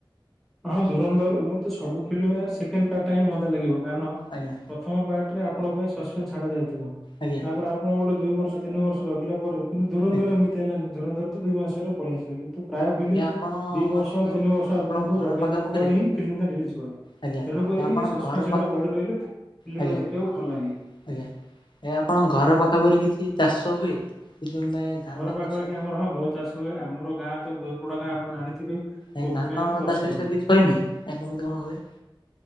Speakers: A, in the centre; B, on the left.
A: ହଁ ଧୁରନ୍ଧର ମତେ ସବୁ ଫିଲ୍ମ ଗୁଡ଼ା ସେକେଣ୍ଡ ପାର୍ଟ ଟା ହିଁ ମଜା ଲାଗେ ବହୁତ୍ କାରଣ
B: ଆଜ୍ଞା
A: ପ୍ରଥମ ପାର୍ଟ ରେ ଆପଣଙ୍କ ପାଇଁ ସସ୍ପେନ୍ ଛାଡି ଯାଇଥିବ
B: ଆଜ୍ଞା
A: ତାପରେ ଆପଣ ଗୋଟେ ଦୁଇ ବର୍ଷ ତିନି ବର୍ଷଗିଲ ପରେ କିନ୍ତୁ ଧୁରନ୍ଧର
B: ଆଜ୍ଞା।
A: ଏମିତି ହେଲାନି ଧୁରନ୍ଧର ତ ଦୁଇ ମାସରେ ପଳେଇଆସିଲା କି ପ୍ରାୟ ଫିଲ୍ମ
B: ଏହା ଆପଣ
A: ଦି ବର୍ଷ
B: ମାନେ
A: ତିନି ବର୍ଷ ଆପଣଙ୍କୁ
B: ଆପଣଙ୍କ ଘର
A: ଜ ପରେ
B: ପାଖାପାଖିରେ
A: ହିଁ ଫିଲିମ୍ ଟା ରିଲିଜ କରେ
B: ଆଜ୍ଞା
A: ତେଣୁକରି
B: ଆପଣଙ୍କ
A: ସସ୍ପେସ
B: ଘର ପାଖ
A: ଟା ବଢ଼ି ରହିଲେ ଫିଲ୍ମ
B: ଆଜ୍ଞା
A: ଗୁଡା ଦେଖିବାକୁ ଭଲ ଲାଗେ।
B: ଆଜ୍ଞା। ଏ ଆପଣଙ୍କ ଘର ପାଖାପରେ କିଛି ଚାଷ ହୁଏ? <unintelligible> ଧାନ
A: ଘର ପାଖାପାଖି
B: ଚାଷ
A: ଆମର ହଁ ବହୁତ ଚାଷ ହୁଏ ଆମର ଗାଁ ତ ବୋଲପୁରା ଗାଁ ଆପଣ ଜାଣିଥିବେ। କୋବି
B: ଏ ଧାନ
A: ପାଇଁ ପ୍ରସିଦ୍ଧ
B: ଚାଷ ବିଷୟରେ କିଛି କହମି ଏ କେମିତି କଣ ହୁଏ?